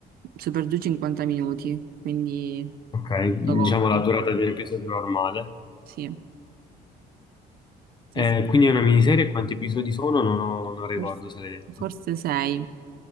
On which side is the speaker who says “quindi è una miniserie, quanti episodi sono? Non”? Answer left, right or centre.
Left